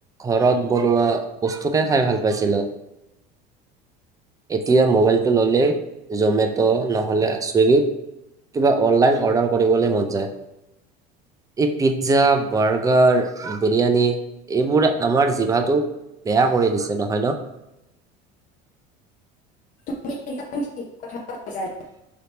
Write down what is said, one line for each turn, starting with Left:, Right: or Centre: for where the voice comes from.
Right: ঘৰত বনোৱা বস্তুকে খাই ভাল পাইছিলোঁ এতিয়া মোবাইলটো ল'লেই জ'মেটো' নহ'লে ছুইগিত কিবা অনলাইন অৰ্ডাৰ কৰিবলে মন যায় এই পিজ্জা বাৰ্গাৰ বিৰিয়ানী এইবোৰে আমাৰ জিভাটো বেয়া কৰি দিছে নহয় ন
Left: তুমি একদম ঠিক কথা কৈছা